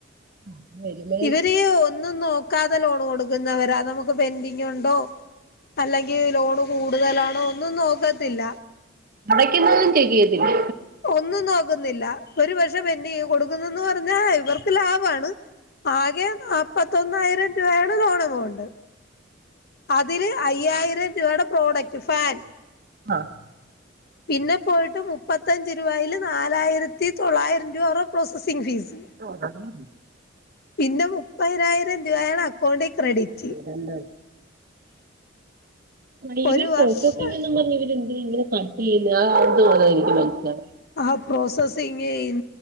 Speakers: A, on the right; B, on the left.
A: <unintelligible>
B: ഇവര് ഒന്നും നോക്കാതെ ലോൺ കൊടുക്കുന്നവരാ നമുക്ക് പെന്റിങ്ങുണ്ടോ അല്ലെങ്കി ലോഡ് കൂടുതലാണോ ഒന്നും നോക്കത്തില്ല
A: അടയ്ക്കുന്നതും ചെയ്യത്തില്ലെ
B: ഒന്നും നോക്കുന്നില്ല ഒരു പക്ഷം പെന്റയ്യും കൊടുക്കുന്നുന്ന് പറഞ്ഞാ ഇവർക്ക് ലാഭാണ് ആകെനാപ്പത്തൊന്നായിരം രൂപയാണ് ലോണ് പോണ്ടത് അതില് അയ്യായിരം രൂപയുടെ പ്രോഡക്റ്റ് ഫാൻ
A: ആഹ്
B: പിന്നെ പോയിട്ട് മുപ്പത്തഞ്ച് രൂപായിൽ നാലായിരത്തി തൊള്ളായിരം രൂപ അവര്ടെ പ്രോസസിംഗ് ഫീസ്
A: <unintelligible>
B: പിന്നെ മുപ്പനായിരം രൂപയാണ് അക്കൗണ്ടിൽ ക്രെഡിറ്റ്.
A: ഇതന്തഹ് ഇവര്
B: ഒരു
A: പ്രോസസിങ്
B: വർഷം
A: ന്നുള്ളത് നിലവിലെന്തിനിങ്ങനെ കത്തയ്യ്ത ഇതങ്ങനെ നിക്ക് മനസ്സിലാവാത്തത്
B: ആ പ്രോസസിങേ ഇൻ